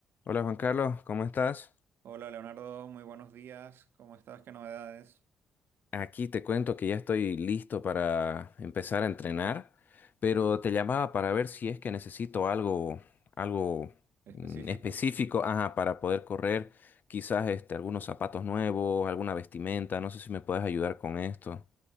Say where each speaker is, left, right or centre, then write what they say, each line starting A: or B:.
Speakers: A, on the left; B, on the right.
A: Hola Juan Carlos, ¿cómo estás?
B: Hola Leonardo, muy buenos días. ¿Cómo estás? ¿Qué novedades?
A: Aquí te cuento que ya estoy listo para empezar a entrenar, pero te llamaba para ver si es que necesito algo, algo
B: Específico.
A: mm, específico, ajá, para poder correr, quizás este, algunos zapatos nuevos, alguna vestimenta, no sé si me puedes ayudar con esto.